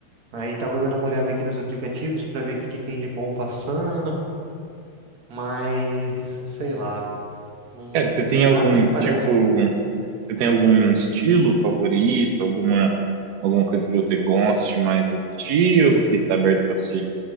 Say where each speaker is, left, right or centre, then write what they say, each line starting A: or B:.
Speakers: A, on the right; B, on the right.
A: Aí tava dando uma olhada aqui nos aplicativos pra ver o que que tem de bom passando, mas sei lá, não-
B: Cara, você tem
A: nada
B: algum
A: me parece.
B: tipo, você
A: Hum.
B: tem algum estilo favorito, alguma, alguma coisa que você goste mais de assistir? Eu não sei se tá aberto pra assistir